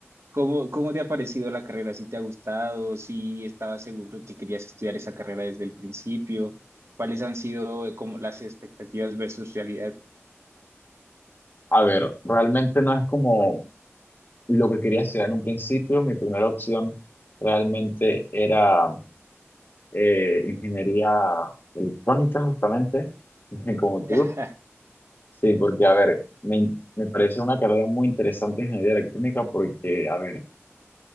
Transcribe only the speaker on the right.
cómo, cómo te ha parecido la carrera? ¿Si te ha gustado? ¿Si estabas seguro que querías estudiar esa carrera desde el principio? ¿Cuáles han sido eh, como las expectativas versus realidad?
<laughs>